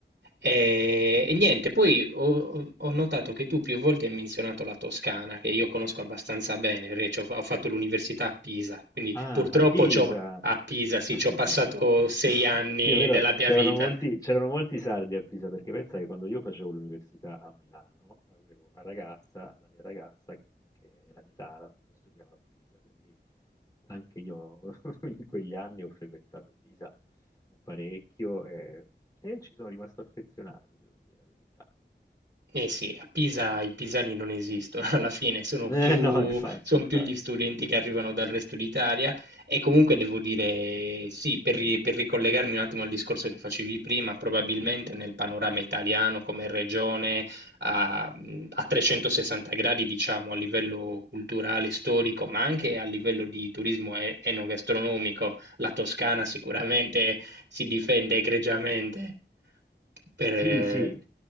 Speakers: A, on the right; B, on the left.
A: E, e niente, poi ho, ho notato che tu più volte hai menzionato la Toscana, che io conosco abbastanza
B: Sì.
A: bene, perché ci ho, ho fatto l'università a Pisa, quindi
B: Ah,
A: purtroppo
B: a Pisa!
A: c'ho- a Pisa, sì,
B: <laughs>
A: ci ho passato sei anni
B: Sì, è vero,
A: della mia
B: c'erano
A: vita.
B: molti, c'erano molti sardi a Pisa, perché pensa che quando io facevo l'università a Milano, avevo una ragazza, la mia ragazza, che era di Taranto, studiava a Pisa, quindi anche io <laughs> in quegli anni ho frequentato Pisa parecchio e, e ci sono rimasto affezionato, devo dire la verità.
A: Eh sì, a Pisa i pisani non esistono, <laughs> alla fine sono
B: Eh,
A: più,
B: no, infatti,
A: son
B: infatti.
A: più gli studenti che arrivano dal resto d'Italia e comunque devo dire sì, per, ri- per ricollegarmi un attimo al discorso che facevi prima, probabilmente nel panorama italiano come regione a, a 360 gradi, diciamo, a livello culturale, storico, ma anche a livello di turismo e- enogastronomico, la Toscana sicuramente si difende egregiamente per,
B: Sì,
A: eh,
B: sì,